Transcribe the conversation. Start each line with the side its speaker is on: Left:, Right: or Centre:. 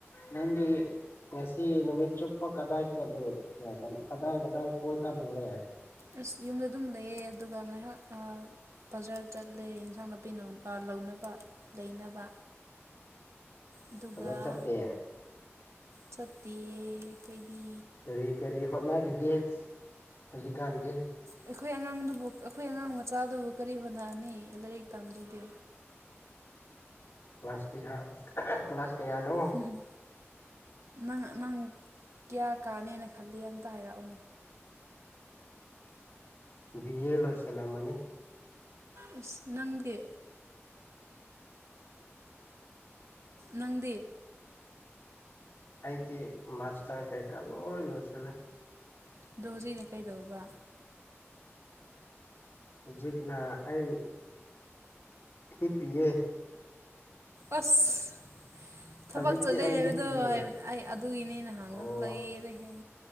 Left: ꯅ‌ꯪꯗꯤ ꯉꯁꯤ ꯅꯨꯃꯤꯠ ꯆꯨꯞꯄ ꯀꯗꯥꯏ ꯆꯠꯂꯦ ꯀꯗꯥꯏ ꯀꯗꯥꯏ ꯀꯣꯏꯊꯠꯂꯨꯔꯦ
Right: ꯑꯁ ꯌꯨꯝꯗ ꯑꯗꯨꯝ ꯂꯩꯌꯦ ꯑꯗꯨꯒ ꯉꯥꯏꯍꯥꯛ ꯑ ꯕꯖꯥꯔ ꯆꯠꯂꯦ ꯏꯟꯁꯥꯡ ꯅꯥꯄꯤ ꯂꯧꯅꯕ ꯂꯩꯅꯕ ꯑꯗꯨꯒꯥꯥ
Left: ꯊꯕꯛ ꯆꯠꯇꯦ
Right: ꯆꯠꯇꯦꯌ‌ꯦ ꯑꯩꯈꯣꯏꯗꯤ
Left: ꯀꯔꯤ ꯀꯔꯤ ꯍꯣꯠꯅꯔꯤꯒꯦ ꯍꯧꯖꯤꯛꯀꯥꯟꯗꯤ
Right: ꯑꯩꯈꯣꯏ ꯑꯉꯥꯡꯗꯨꯕꯨ ꯑꯩꯈꯣꯏ ꯑꯉꯥꯡ ꯃꯆꯥꯗꯨꯕꯨ ꯀꯔꯤ ꯍꯣꯠꯅꯅꯤ ꯂꯥꯏꯔꯤꯛ ꯇꯝꯗ꯭ꯔꯗꯤ
Left: ꯀ꯭ꯂꯥꯁ ꯀꯌꯥ ꯀ꯭ꯂꯥꯁ ꯀꯌꯥꯅꯣ
Right: ꯎꯝ ꯎꯝ ꯅꯪ ꯅꯪ ꯀꯌꯥ ꯀꯥꯅꯦꯅ ꯈꯜꯂꯤ ꯑꯝꯇ ꯍꯥꯏꯔꯛꯑꯣꯅꯦ
Left: ꯕꯤ ꯑꯦ ꯂꯣꯏꯁꯜꯂꯝꯃꯅꯤ
Right: ꯑꯁ ꯅꯪꯗꯤ ꯅꯪꯗꯤ
Left: ꯑꯩꯗꯤ ꯃꯥꯁ ꯇꯔ ꯀꯩ ꯀꯥ ꯂꯣꯏ ꯂ‌ꯣꯏꯁꯤꯜꯂꯦ
Right: ꯑꯗꯣ ꯍꯧꯖꯤꯛꯅ ꯀꯩꯗꯧꯕ
Left: ꯍꯧꯖꯤꯛꯅ ꯑꯩ ꯍꯤꯞꯄꯤꯌꯦ
Right: ꯑꯁ ꯊꯕꯛ
Left: ꯍꯧꯖꯤꯛꯇꯤ
Right: ꯆꯠꯂꯦ
Left: ꯑꯩ
Right: ꯍꯥꯏꯕꯗꯣ
Left: ꯍꯤꯞꯄꯤꯌꯦ
Right: ꯑꯩ ꯑꯗꯨꯒꯤꯅꯦ ꯍꯪꯕꯗꯣ
Left: ꯑꯣ
Right: ꯂꯩꯔꯦꯍꯦ